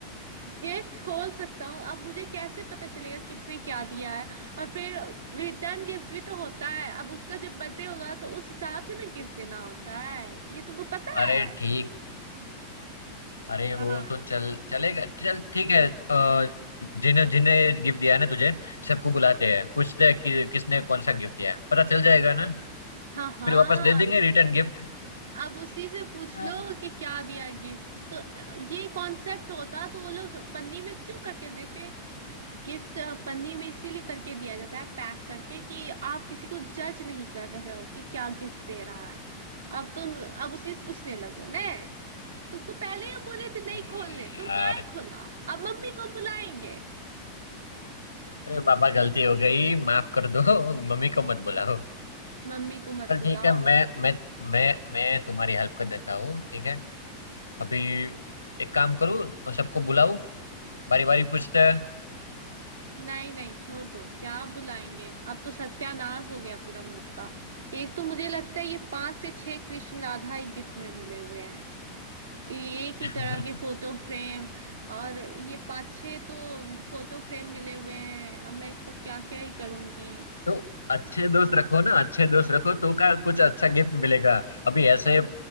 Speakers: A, on the right (about 65°); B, on the left (about 80°).
A: गिफ्ट खोल सकता हूँ अब मुझे कैसे पता चलेगा किसने क्या दिया है और फिर रिटर्न गिफ्ट भी तो होता है अब उसका जब बर्थडे होगा तो उस हिसाब से ना गिफ्ट देना होता है ये तुमको पता
B: अरे
A: है
B: ठीक अरे
A: हाँ
B: वो तो चल चलेगा चल ठीक है अ, जिन्हें जिन्हें गिफ्ट दिया है ना तुझे सबको बुलाते हैं पूछते हैं कि किसने कौन सा गिफ्ट दिया है पता चल जाएगा ना
A: हाँ हाँ
B: फिर वापस दे देंगे रिटर्न गिफ्ट
A: अब उसी से पूछ
B: हाँ
A: लो कि क्या दिया गिफ्ट तो ये कॉन्सेप्ट होता तो वो लोग पन्नी में क्यों करके देते गिफ्ट पन्नी में इसीलिए करके दिया जाता है पैक करके कि आप किसी को जज नहीं कर रहे हो कि क्या गिफ्ट दे रहा है अब तुम अब उसी से पूछने लगो ना तुमको पहले ही हम बोले थे नहीं
B: अरे
A: खोलने
B: यार
A: तुम काहे खोला अब मम्मी को बुलाएंगे
B: अरे बाबा गलती हो गई माफ कर दो मम्मी को मत बुलाओ
A: मम्मी को मत
B: चल
A: बुलाओ
B: ठीक है मैं मैं मैं मैं तुम्हारी हेल्प कर देता हूँ ठीक है अभी एक काम करूँ और सबको बुलाऊं बारी बारी पूछते हैं
A: नहीं नहीं छोड़ दो क्या बुलाएंगे अब तो सत्यानाश हो गया पूरा मूड का एक तो मुझे लगता है ये पांच से छह कृष्ण राधा ही गिफ्ट में मिले हुए हैं ये एक
B: <laughs>
A: ही तरह के फोटो फ्रेम और ये पांच छह तो फोटो फ्रेम मिले हुए हैं अब मैं इसका क्या क्या ही करूंगी
B: तो अच्छे दोस्त रखो ना अच्छे दोस्त रखो तो का कुछ अच्छा गिफ्ट मिलेगा अभी ऐसे अ,